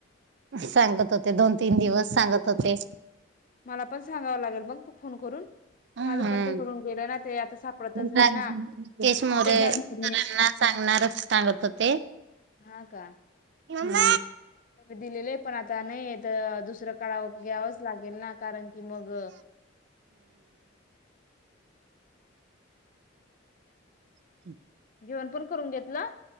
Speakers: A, on the right; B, on the left.
A: सांगत होते दोन तीन दिवस सांगत होते.
B: मला पण सांगावं लागेल मग फोन करून
A: हम्म
B: माझं पण ते करून गेलं ना ते आता सापडतच नाही
A: राकेश
B: ना
A: मोरे
B: तुझ्यासारख
A: सरांना सांगणारच सांगत होते
B: हा का
A: येवंद
B: दिलेले आहे पण आता नाही दुसरं काळावर घ्यावंच लागेल ना कारण की मग
A: हम्
B: जेवण पण करून घेतला